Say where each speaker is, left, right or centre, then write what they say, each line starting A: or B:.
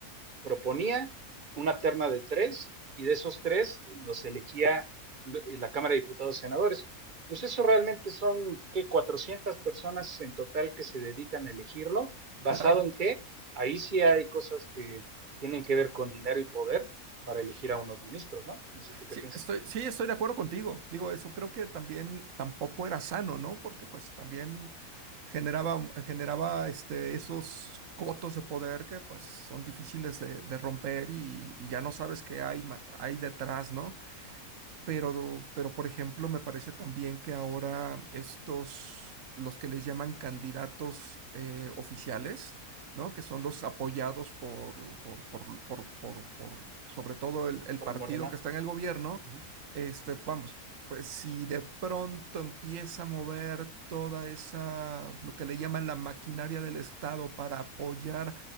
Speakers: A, on the right; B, on the right.
A: proponía una terna de tres y de esos tres los elegía eh, la Cámara de Diputados y Senadores. Pues eso realmente son que 400 personas en total que se dedican a elegirlo, basado
B: claro.
A: en qué? ahí sí hay cosas que tienen que ver con dinero y poder para elegir a unos ministros, ¿no? No sé tú qué
B: Sí,
A: piensas,
B: estoy, sí, estoy de acuerdo contigo. Digo, eso creo que también tampoco era sano, ¿no? Porque pues también generaba, generaba este, esos cotos de poder que pues son difíciles de, de romper y, y ya no sabes qué hay, ma- hay detrás, ¿no? Pero, pero, por ejemplo, me parece también que ahora estos, los que les llaman candidatos eh, oficiales, ¿no? Que son los apoyados por, por, por, por, por- por, sobre todo el, el
A: por
B: partido
A: Morena.
B: que está en el gobierno,
A: Uh -huh.
B: este, vamos, pues si de pronto empieza a mover toda esa, lo que le llaman la maquinaria del Estado para apoyar